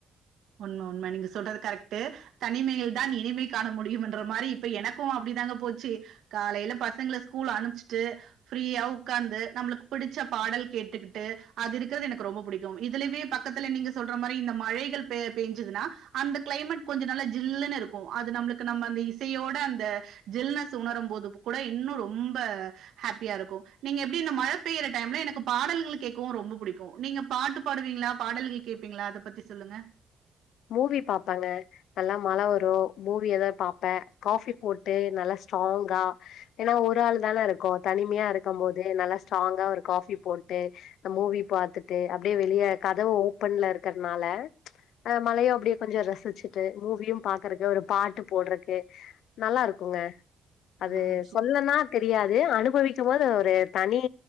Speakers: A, on the right; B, on the left.
A: உண்ம உண்ம நீங்க சொல்றது கரெக்டு தனிமையில்தா இனிமை காண முடியும்ன்ற மாரி இப்ப எனக்கோ அப்டி தாங்க போச்சி காலையில பசங்கள ஸ்கூல் அனுப்ச்ட்டு ஃப்ரீயா ஒக்காந்து நம்முளுக்கு பிடிச்ச பாடல் கேட்டுக்கிட்டு அது இருக்குறது எனக்கு ரொம்போ பிடிக்கோ இதுலவே பக் கத்துல நீங்க சொல்ற மாரி இந்த மழைகள் பெ பெய்ஞ்சுதுன்னா அந்த கிளைமேட் கொஞ்சோ நல்லா ஜில்லுன்னு இருக்கோ அது நம்முளுக்கு நம்ம அந்த இசையோட அந்த ஜில்னஸ் உணரும்போது கூட இன்னு ரொம்ப ஹாப்பியா இருக்கோ நீங்க எப்டி இந்த மழை பெயிற டைம்ல எனக்கு பாடல்கள் கேக்கவு ரொம்ப பிடிக்கோ நீங்க பாட்டு பாடுவீங்களா பாடல்கள் கேப்பீங்களா அத பத்தி சொல்லுங்க
B: மூவி பாப்பங்க நல்லா மழை வரோ மூவி எதாது பாப்பே காஃபி போட்டு நல்லா ஸ்ட்ராங்கா ஏன்னா ஒரு ஆள் தானே இருக்கோ தனிமையா இருக்கும் போது நல்லா ஸ்ட்ராங்கா ஒரு காஃபி போட்டு அந்த மூவி பாத்துட்டு அப்டியே வெளிய கதவு ஓப்பன்ல இருக்கறதுனால அந்த மழையு அப்டியே கொஞ்சோ ரசிச்சிட்டு மூவியு பாக்குறக்கு ஒரு பாட்டு போட்றக்கு நல்லா இருக்குங்க அது
A: ஆ சூப்
B: சொல்லனா தெரியாது அனுபவிக்கும் போது அது ஒரு தனி